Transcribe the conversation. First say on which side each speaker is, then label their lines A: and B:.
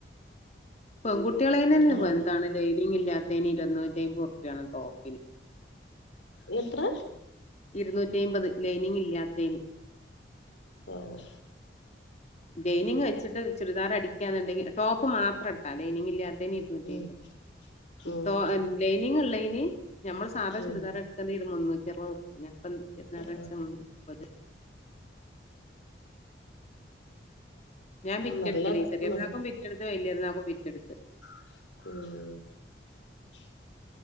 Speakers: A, on the left; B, on the left.
A: പെൺകുട്ടികളെ തെ തന്നെ
B: ഞാന്
A: ഇ എന്താണ് ലൈനിങ് ഇല്ലാത്തതിന് ഇരുന്നൂറ്റിമ്പത് ഉറുപ്പ്യ ആാണ് ടോപ്പിൽ
B: എത്ര
A: ഇരുന്നൂറ്റി അമ്പത് ലൈനിങ് ഇല്ലത്തേന്
B: ഓഹ്
A: ലൈനിങ് വച്ചിട്ട് ചുരിദാർ അടിക്കുണ്ടെങ്കിൽ ടോപ്പ് മാത്രം ഇട്ടാ ലൈനിങ് ഇല്ലാ ഇരുന്നൂറ്റി
B: ഉം
A: അമ്പത്
B: ഉം
A: തോ ലൈനിംഗ് ഇള്ളതിന് ഞമ്മൾ സാധാ
B: ഉം
A: ചുരിദാർ എടുക്കുന്നത് മുന്നൂറ്റി അറുപത് റുപ്യ അപ്പം പെരുന്നാക്ക്
B: ഏഹ്
A: അടിച്ച മുന്നൂറ്റി അറുപത് ഞാൻ ബിറ്റെടുക്കല്
B: നല്ല നല്ല
A: ഈ ചെറിയ പെരുന്നാക്കും ബിറ്റെടുത്ത് വലിയ പെരുന്നാക്കും ബിറ്റെടുത്ത്
B: മ്മ്